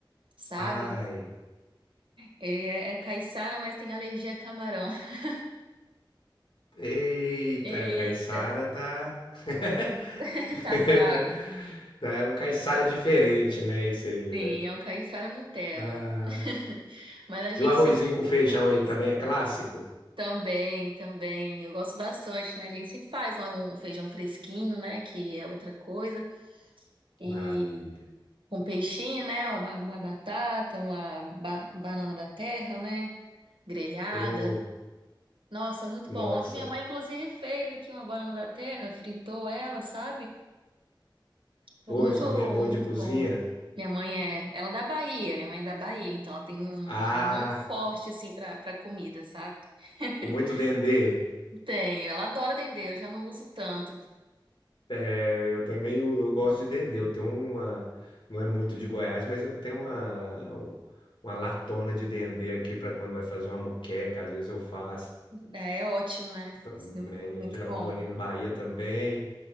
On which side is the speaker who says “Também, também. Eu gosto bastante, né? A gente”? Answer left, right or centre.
Right